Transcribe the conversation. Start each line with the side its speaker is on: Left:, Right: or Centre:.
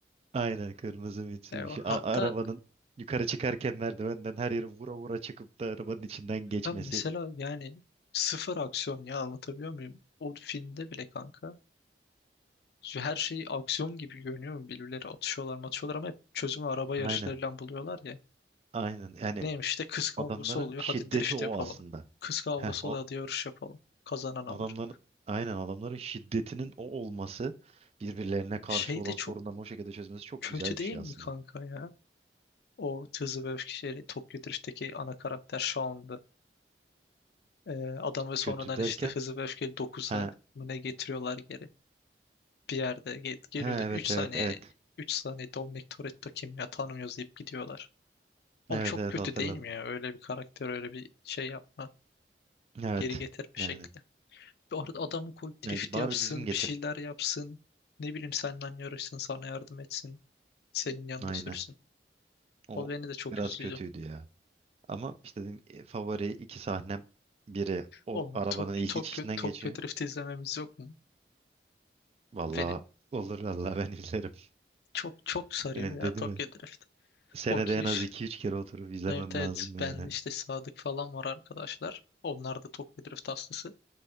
Right: Aynen kırmızı Mitsubishi.
Left: Eyvah. Hatta
Right: A- arabanın yukarı çıkarken merdivenden her yere vura vura çıkıp da arabanın içinden geçmesi.
Left: Ben mesela yani sıfır aksiyon ya anlatabiliyor muyum? O filmde bile kanka her şey aksiyon gibi görünüyor. Birbirleri atışıyorlar matışıyorlar ama hep çözümü araba yarışlarıyla
Right: Aynen.
Left: buluyorlar ya.
Right: Aynen. Yani
Left: Neymiş işte kız kavgası
Right: adamların
Left: oluyor
Right: şiddeti
Left: hadi drift
Right: o
Left: yapalım.
Right: aslında.
Left: Kız kavgası
Right: Heh, o
Left: oluyor hadi yarış yapalım. Kazanan alır.
Right: adamların aynen adamların şiddetinin o olması birbirlerine karşı
Left: Şey
Right: olan
Left: de çok
Right: sorunların o şekilde çözmesi çok
Left: kötü
Right: güzel
Left: değil
Right: bir şey
Left: mi
Right: aslında.
Left: kanka ya? O Hızlı ve Öfkeli Tokyo Drift'teki ana karakter Shaun'du. Ee, adamı sonradan
Right: Kötü derken
Left: işte Hızlı ve Öfkeli 9'a
Right: ha,
Left: mı ne getiriyorlar geri. bir yerde gel- geliyordu
Right: ha evet
Left: 3 saniye
Right: evet evet.
Left: 3 saniye Dominic Toretto kim ya tanımıyoruz deyip gidiyorlar. Oğlum
Right: Evet
Left: çok
Right: evet
Left: kötü
Right: hatırladım.
Left: değil mi ya? Öyle bir karakter öyle bir şey yapma.
Right: Evet.
Left: Geri getirme şekli.
Right: Yani,
Left: Bu arada adamı koy
Right: yani
Left: drift
Right: bari
Left: yapsın
Right: düzgün getir.
Left: bir şeyler yapsın. Ne bileyim seninle yarışsın sana yardım etsin. Senin yanında
Right: Aynen.
Left: sürsün.
Right: O
Left: O beni de çok
Right: biraz
Left: üzdüydü.
Right: kötüydü ya. Ama işte dedim e, favori iki sahnem biri o
Left: Oğlum
Right: arabanın
Left: Tok
Right: ilk
Left: Tokyo,
Right: içişinden
Left: Tokyo
Right: geçiyor.
Left: Drift izlememiz yok mu?
Right: Vallahi
Left: Beni
Right: olur vallahi ben <laughs> izlerim.
Left: çok çok sarıyor
Right: Yani dedim
Left: ya Tokyo
Right: ya
Left: Drift.
Right: senede
Left: O giriş
Right: en az iki üç kere oturup izlemem
Left: Evet evet
Right: lazım yani.
Left: ben de işte Sadık falan var arkadaşlar. Onlar da Tokyo Drift hastası.